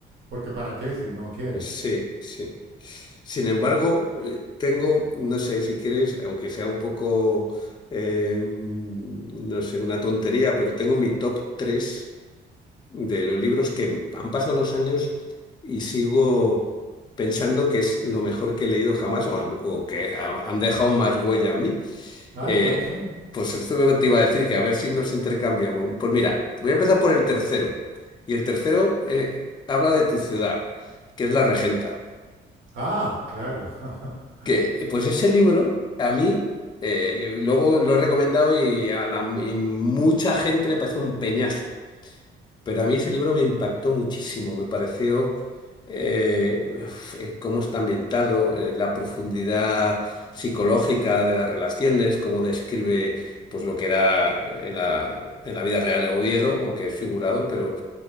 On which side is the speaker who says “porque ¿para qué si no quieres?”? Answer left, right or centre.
Right